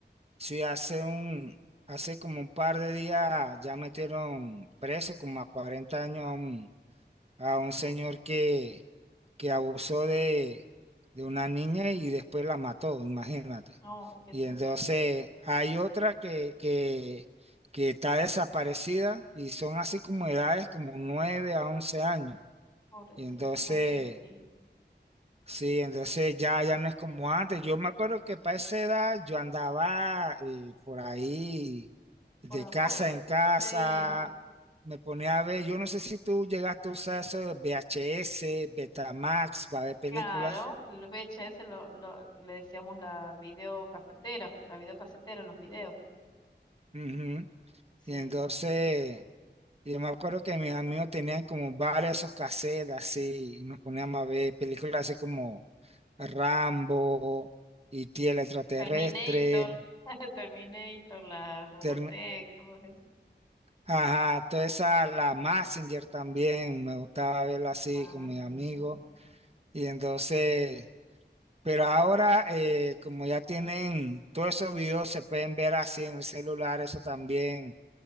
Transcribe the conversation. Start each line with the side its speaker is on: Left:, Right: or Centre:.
Right: sí, hace un, hace como un par de días ya metieron preso como a 40 años a un, a un señor que, que abusó de, de una niña y después la mató, imagínate.
Left: No, qué
Right: Y
Left: tremendo.
Right: entonces hay otra que, que, que está desaparecida y son así como edades como 9 a 11 años.
Left: Pobrecito,
Right: Y entonces,
Left: tan chiquitito.
Right: sí, entonces
Left: sí,
Right: ya, ya no es como antes. Yo me acuerdo que para esa edad yo andaba eh, por ahí de
Left: Por afuera.
Right: casa en casa,
Left: Sí,
Right: me ponía a ver, yo no sé si tú llegaste a usar eso de VHS, Betamax para ver películas.
Left: claro. Los VHS lo, lo- le decíamos la videocasetera, la videocasetera, los videos.
Right: Ujú.
Left: Sí,
Right: Y entonces,
Left: sí, sí, sí.
Right: yo me acuerdo que mis amigos tenían como varias esos cassettes así, y nos poníamos a ver películas así como Rambo, y el extraterrestre,
Left: Terminator, <laughs> Terminator, la Robotech,
Right: Termi-
Left: todo eso.
Right: ajá, toda esa, la Messenger también, me gustaba verla así
Left: Ah,
Right: con mis amigos.
Left: sí, sí.
Right: Y entonces, pero ahora, eh, como ya tienen todos esos videos, se pueden ver así en el celular, eso también